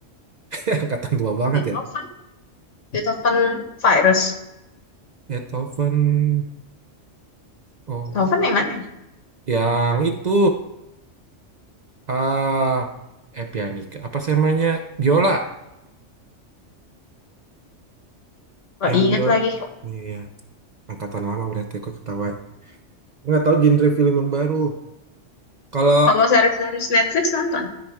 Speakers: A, on the right; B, on the left.
A: <laughs> Angkatan tua banget
B: Beethoven.
A: ya.
B: Beethoven Virus.
A: Beethoven. Oh,
B: Beethoven yang mana?
A: yang itu. Ah, eh pianika. Apa sih namanya? Biola.
B: Gak
A: Yang
B: ingat
A: biola.
B: lagi.
A: Iya, angkatan lama berarti aku ketahuan. Nggak tahu genre film yang baru. Kalau
B: Kalau series-series Netflix nonton.